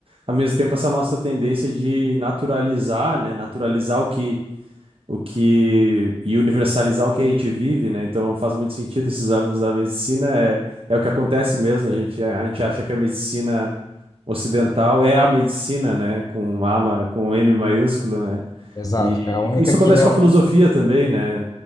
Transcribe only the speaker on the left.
exato.
É a única
que realmente.